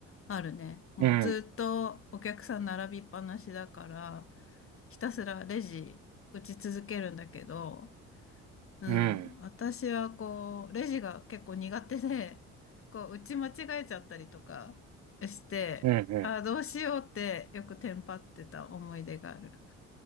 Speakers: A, on the left (about 40°); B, on the right (about 60°).
A: あるね。もうずっとお客さん並びっぱなしだから、
B: うん、
A: ひたすらレジ打ち続けるんだけど、うん。
B: うん、
A: 私はこう、レジが結構苦手で、<laughs> こう、打ち間違えちゃったりとかして、
B: うん、う
A: ああ、どうしようってよくテンパってた思い出がある。